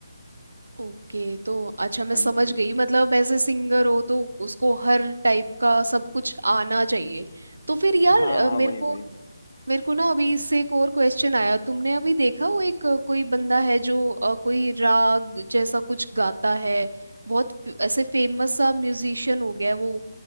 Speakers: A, on the right; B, on the left.
A: ओके तो अच्छा मैं
B: हाँ
A: समझ
B: जी
A: गई मतलब ऐसे सिंगर हो तो उसको हर टाइप का सब कुछ आना चाहिए तो फिर यार
B: हाँ
A: अ,
B: हाँ
A: मेरे
B: वही
A: को
B: वही
A: मेरे को ना अभी इससे एक और क्वेश्चन आया तुमने अभी देखा वो एक अ, कोई बंदा है जो अ, कोई राग जैसा कुछ गाता है बहुत फ- ऐसे फेमस सा म्यूजिशियन हो गया है वो